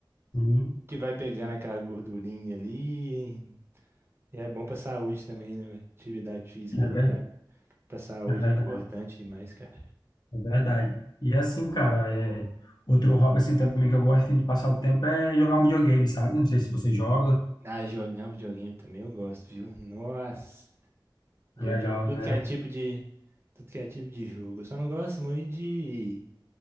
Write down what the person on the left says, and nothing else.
sim,
é,
ver-
é verdade,
é verdade. E assim, cara, é, outro hobby assim também que eu gosto assim, de passar o tempo é jogar um videogame, sabe? Não sei se você joga,
é legal,
né?